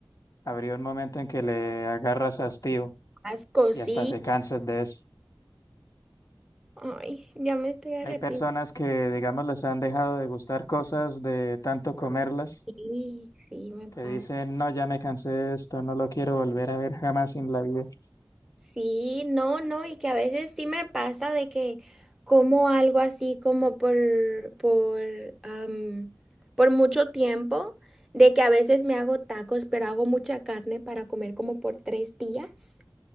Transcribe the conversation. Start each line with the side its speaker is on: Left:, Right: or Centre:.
Left: Habría un momento en que le agarras hastío
Centre: Asco,
Left: y
Centre: sí.
Left: hasta te cansas de eso.
Centre: Ay, ya me estoy arrepintiendo.
Left: Hay personas que, digamos, les han dejado de gustar cosas de tanto comerlas,
Centre: Sí, sí, me
Left: que
Centre: pasa.
Left: dicen, no, ya me cansé de esto, no lo quiero volver a ver jamás en la vida. <laughs>
Centre: Sí, no, no, y que a veces sí me pasa de que como algo así como por, por, am, por mucho tiempo, de que a veces me hago tacos, pero hago mucha carne para comer como por tres días.